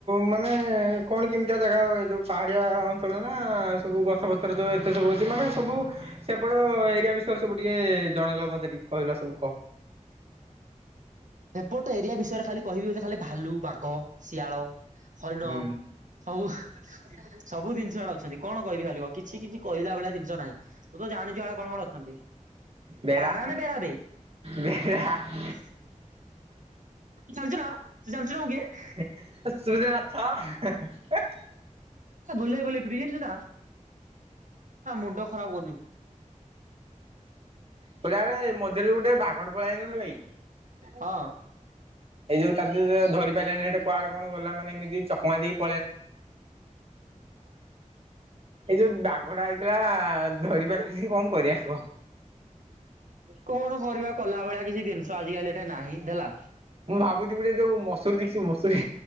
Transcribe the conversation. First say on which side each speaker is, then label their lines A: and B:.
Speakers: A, on the right (about 50°); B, on the right (about 75°).
A: ମାନେ ମ କଣ କେମିତିଆ ଜାଗା ଯୋଉ ପାହାଡିଆ ଅଞ୍ଚଳ ନା ସବୁ ଗଛ ପତ୍ର ଯୋଉ ଏତେ ସବୁ ମାନେ ସବୁ ସେପଟ ଏରିଆ ବିଷୟରେ ସବୁ ଟିକେ ଜଣେଇଲ ମତେ ଟିକେ କହିଲ ସବୁ କହ?
B: ଏପଟ ଏରିଆ ବିଷୟରେ ଖାଲି କହିବି ଖାଲି ଭାଲୁ ବାଘ ଶିଆଳ ହରିଣ
A: ହୁଁ
B: ହଉ ସବୁ ଜିନିଷ ଆଡେ ଅଛନ୍ତି କଣ କହିବି ଖାଲି କ? କିଛି କିଛି କହିଲା ଭଳିଆ ଜିନିଷ ନାହିଁ ତୁ ତ ଜାଣିଛୁ ଆଡେ କଣ କଣ ଅଛନ୍ତି।
A: ବେରା
B: ପାରାୟଣ ବେରାବେଇ
A: ବେରା <unintelligible>
B: <inaudible> ଜାଣିଚୁନା ଜାଣିଚୁନା ମୁଁ କିଏ?
A: <unintelligible> ଅଛ <unintelligible>
B: ବୁଲେଇ ବୁଲେଇ ପିଟିବି ଜାଣିଛି ନା ହ ମୁଣ୍ଡ ଖରାପ କରୁଚୁ।
A: କହିଲେ ଆରେ ମଝିରେ ଗୋଟେ ବାଘଡ଼ ପଳେଇ ଆଇନଥିଲା କି?
B: ହଁ।
A: ଏଇ ଯୋଉ ତା ଧରି ପାରିଲାନି ସେ କୁଆଡେ କଣ ଗଲା ମାନେ ଏମିତି ଚକମା ଦେଇ
B: ଆଁ <unintelligible>
A: ଏଇ ଯୋଉ ବାଘଟା ଆଇଥିଲା ଧରି ପାରିଲିନି କଣ କରିବା କହ?
B: କଣ କରିବା କଲା ଭଳିଆ କିଛି ଜିନିଷ ଆଜିକାଲି ଏଠା ନାହିଁ ହେଲା।
A: ମୁଁ ଭାବୁଛି ଗୋଟେ ଯୋଉ ମସୁରୀ ଦେଖିଛି ମସୁରୀ।